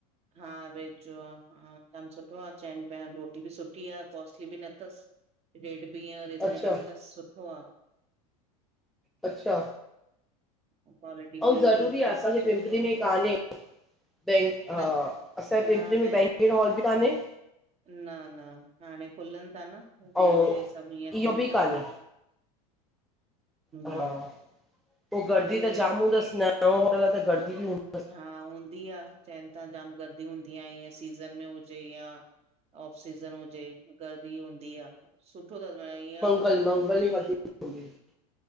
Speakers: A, on the right; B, in the centre.
A: हा, वेज जो आ। हा, कम सुठो आ, चवनि पिया रोटी बि सुठी आ। कॉस्टली बि न अथसि। रेट बि ईंअं रिज़नेबल
B: अच्छा
A: तस्, सुठो आ।
B: अच्छा।
A: <unintelligible>
B: ऐं, ज़रूरी
A: ठीकु
B: आ असांजे
A: सुठी
B: पिंपरी
A: आ
B: में कान्हे, बैंक,
A: न
B: असांजे पिंपरी
A: न
B: में
A: भेण
B: बैंकट हॉल बि कान्हे।
A: न- न, हाणे खुलनि था न, धीरे-
B: ऐं
A: धीरे सभु हीअ
B: इहो
A: थियनि
B: बि
A: था
B: कान्हे
A: हाणे।
B: हा,
A: न
B: पोइ गर्दी
A: हाणे
B: त जाम हूंदसि, नओं- नओ होटल आ त गर्दी बि हूंदी।
A: हा, हूंदी आ, चवनि था जाम गर्दी हूंदी आ ईअ सीज़न में हुजे यां ऑफ सीज़न हुजे, गर्दी हूंदी आ, सुठो अथसि मतलब ईअं
B: कल मंगल <unintelligible> <inaudible>